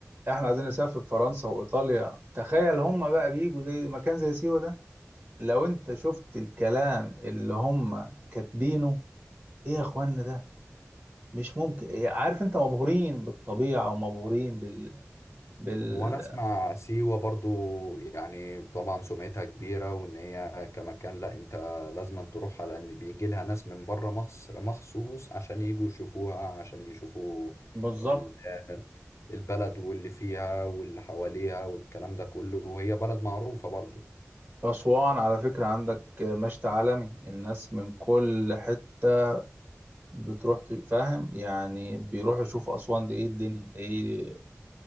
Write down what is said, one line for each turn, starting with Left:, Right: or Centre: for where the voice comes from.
Right: احنا عايزين نسافر فرنسا وايطاليا تخيل هم بقى بيجوا زي مكان زي سيوة ده لو انت شفت الكلام اللي هم كاتبينه ايه يا اخوانا ده مش ممكن عارف انت مبهورين بالطبيعة ومبهورين بال... بال...
Left: وانا اسمع سيوة برضو يعني طبعا سمعتها كبيرة وان هي كمكان لا انت لازم تروحها لان بيجي لها ناس من بره مصر مخصوص عشان يجوا يشوفوها عشان يشوفوا
Right: بالظبط
Left: ال- البلد واللي فيها واللي حواليها والكلام ده كله وهي بلد معروفة برضو
Right: أسوان على فكرة عندك مشت عالمي الناس من كل حتة بتروح ت- فاهم يعني بيروحوا يشوفوا أسوان دي إيه الدنيا إيه